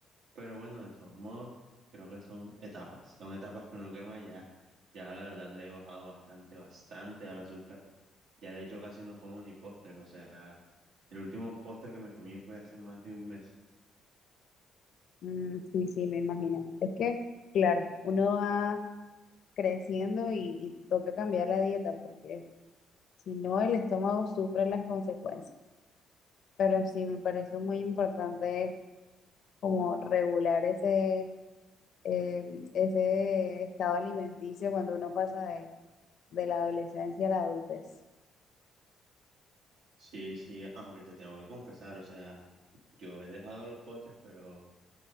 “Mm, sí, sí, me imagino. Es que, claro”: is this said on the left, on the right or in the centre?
Left